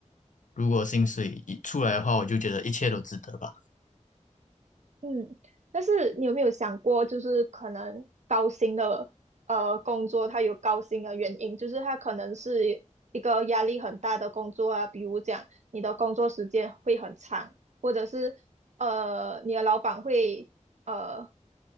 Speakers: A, on the left; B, on the right.
A: 如果薪水一出来的话，我就觉得一切都值得吧。
B: 嗯，但是你有没有想过，就是可能高薪的呃工作，它有高薪的原因，就是它可能是一个压力很大的工作啊，比如讲你的工作时间会很长，或者是呃你的老板会呃